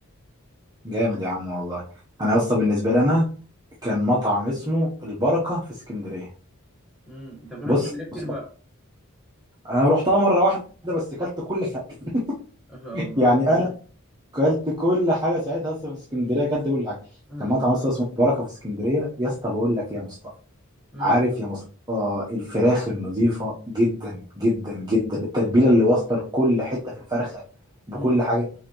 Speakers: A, on the right; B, in the centre.
A: جامد يا عم والله انا اصلا بالنسبه لي انا كان مطعم اسمه البركه في اسكندريه
B: امم انت بتروح
A: بص
B: اسكندريه كتير
A: بص،
B: بقى
A: انا رحتها مره واحده بس اكلت كل حاجه <laughs>
B: ما شاء الله
A: يعني انا اكلت كل حاجه ساعتها اصلا في اسكندريه اكلت كل حاجه
B: امم
A: كان مطعم اصلا اسمه البركه في اسكندريه يا اسطى بقول لك إيه يا مصطفى
B: امم
A: عارف يا مصطفى الفراخ النظيفة جدا جدا جدا التتبيلة اللي واصلة لكل حتة في الفرخة بكل
B: امم
A: حاجة